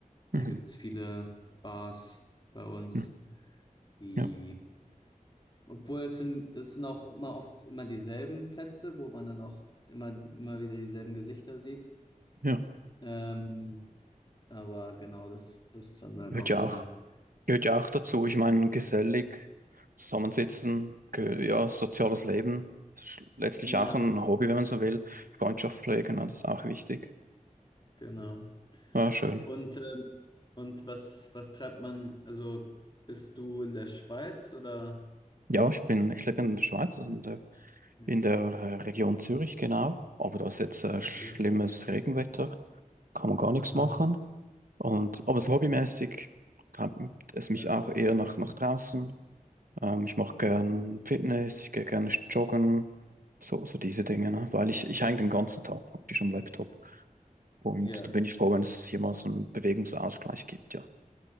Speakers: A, on the right (about 80°); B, on the left (about 30°).
A: Mhm.
B: Da gibt's viele Bars bei uns,
A: Mhm.
B: die,
A: Ja,
B: obwohl es sind, das sind auch immer oft immer dieselben Plätze, wo man dann auch immer, immer wieder dieselben Gesichter sieht.
A: ja.
B: Ähm, Aber genau, das, das ist dann halt
A: Gehört
B: auch
A: ja
B: eine,
A: auch, gehört ja auch dazu. Ich meine, gesellig zusammensitzen, ge ja, soziales Leben, sch- letztlich
B: Ja.
A: auch ein Hobby, wenn man so will. Freundschaft pflegen, ne, das ist auch wichtig.
B: genau.
A: Ja, schön.
B: Und, ähm, und was, was treibt man, also bist du in der Schweiz oder?
A: Ja, ich bin, ich lebe in der Schweiz, also
B: Hm,
A: in der,
B: Okay,
A: in der äh, Region Zürich, genau. Aber da ist jetzt äh,
B: okay,
A: schlimmes Regenwetter, kann man gar nichts
B: aha,
A: machen. Und aber
B: okay,
A: so hobbymäßig treibt es mich
B: ja,
A: auch eher nach, nach draußen. Ähm, ich mache gern Fitness, ich gehe gerne joggen, so, so diese Dinge,
B: mhm.
A: ne? Weil ich, ich hänge den ganzen Tag praktisch am Laptop. Und
B: Ja,
A: da bin ich froh, wenn es hier mal so einen Bewegungsausgleich gibt, ja. Auf